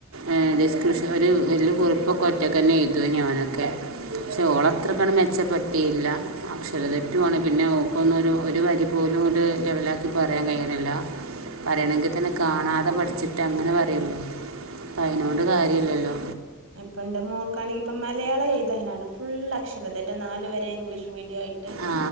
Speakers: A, on the right; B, on the right.
A: ഏ ഡിസ്ക്രിപ്ഷൻ ഒരു വലിയ കുറിപ്പൊക്കെ ഒറ്റക്കന്നെ എഴുതോനി ഓനൊക്കെ പക്ഷെ
B: ഉം
A: ഓളത്ര <unintelligible> മെച്ചപ്പെടുത്തിയില്ല അക്ഷര തെറ്റു ആണ് പിന്നെ ഓക്കൊന്നൊരു ഒരു വരി പോലും ങ്ങട് ലെവലാക്കി പറയാൻ കഴിയ്ണില്ല
B: <inaudible>
A: അറിയണെങ്കി തന്നെ
B: ഉം
A: കാണാതെ പഠിച്ചി റ്റങ്ങനെ പറയല്ലെ പ്പയിനോണ്ട് കാര്യല്ലല്ലോ
B: ഇപ്പന്റെ മോക്കാണെങ്കി ഇപ്പ മലയാളം എഴുതാനാണ് ഫുള്ളക്ഷര തെറ്റാ നാല് വരെ ഇംഗ്ലീഷ് മീഡിയായി
A: ആ